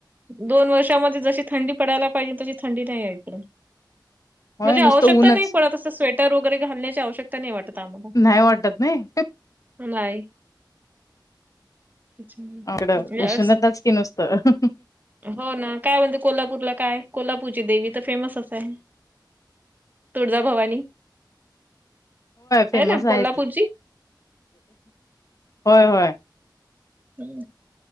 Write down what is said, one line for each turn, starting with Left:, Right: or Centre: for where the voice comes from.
Right: दोन वर्षामध्ये जशी थंडी पडायला पाहिजे तशी थंडी नाही आहे इकडे
Left: होय
Right: म्हणजे
Left: नुसतं
Right: आवश्यकता
Left: ऊनच
Right: नाही पडत त असं स्वेटर वगैरे घलण्याची आवश्यकता नाही वाटत आम्हाला
Left: नाही वाटत नाही
Right: नाही म्हणजे
Left: आगडं उष्णताच
Right: असं
Left: की नुसतं
Right: हो ना काय म्हणते कोल्हापूरला काय कोल्हापूरची देवी तर फेमस असते तुळजा भवानी
Left: फेमस
Right: होय ना
Left: आहे
Right: कोल्हापूरची
Left: इथले होय होय.
Right: हं.